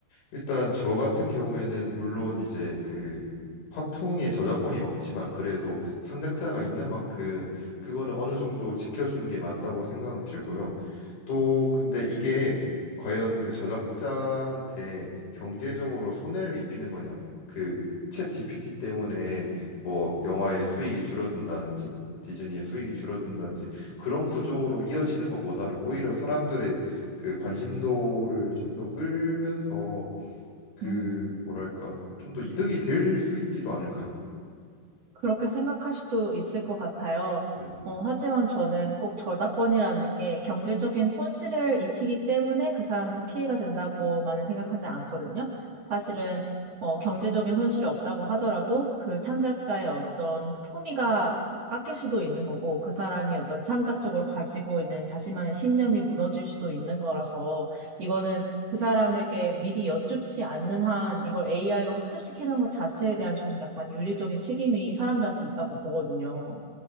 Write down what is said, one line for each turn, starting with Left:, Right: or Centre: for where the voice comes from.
Left: 일단 저 같은 경우에는 물론 이제 그 화풍에 저작권이 없지만 그래도 창작자가 있는 만큼 그거는 어느 정도 지켜주는 게 맞다고 생각은 들고요. 또 근데 이게 과연 그 저작자한테 경제적으로 손해를 입히는 거냐? 그챗 GPT 때문에 뭐 영화의 수익이 줄어든다든지 디즈니의 수익이 줄어든다든지 그런 구조로 이어지는 것보다는 오히려 사람들의 그 관심도를 좀 더 끌면서 그
Right: 음.
Left: 뭐랄까 좀 더 이득이 될 수 있지도 않을까요?
Right: 그렇게 생각할 수도 있을 것 같아요.
Left: 네네.
Right: 어, 하지만 저는 꼭 저작권이라는 게 경제적인 손실을 입히기 때문에 그 사람한테 피해가 된다고만은 생각하지 않거든요. 사실은 어, 경제적인 손실이 없다고 하더라도 그 창작자의 어떤 품위가 깎일 수도 있는 거고 그 사람이 어떤 창작적으로 가지고 있는 자신만의 신념이 무너질 수도 있는 거라서 이거는 그 사람에게 미리 여쭙지 않는 한 이걸 AI로 학습시키는 것 자체에 대한 저는 약간 윤리적인 책임이 사람들한테 있다고 보거든요.